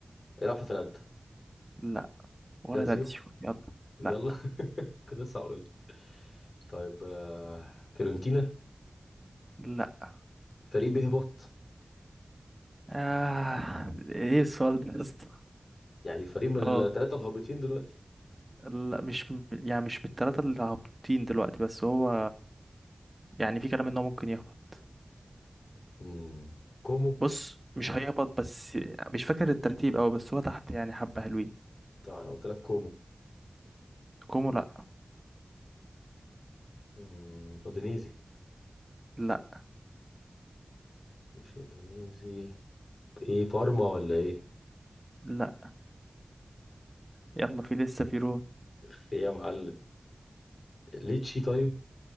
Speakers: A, on the left (about 90°); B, on the right (about 20°).
A: العب في ثلاثه
B: لا ولا
A: لازيو
B: لاتسيو يلا
A: يلا
B: لا
A: <laughs> كده لسه هقول طيب آه، فيورنتينا
B: لا
A: فريق بيهبط
B: آه إيه السؤال ده يا اسطى
A: يعني فريق من
B: أه
A: الثلاثه الهابطين دلوقتي
B: لا مش م- يعني مش من التلاتة اللي هابطين دلوقتي بس هو يعني في كلام إن هو ممكن يهبط
A: مم. كومو
B: بص مش هيهبط بس مش فاكر الترتيب أوي بس هو تحت يعني حبة حلوين
A: طبعا أنا قلت لك كومو
B: كومو لا
A: مم. اودينيزي
B: لا
A: مش اندونيسي ايه بارما ولا ايه
B: لا يلا في لسه في رون
A: في ايه يا معلم ليتشي طيب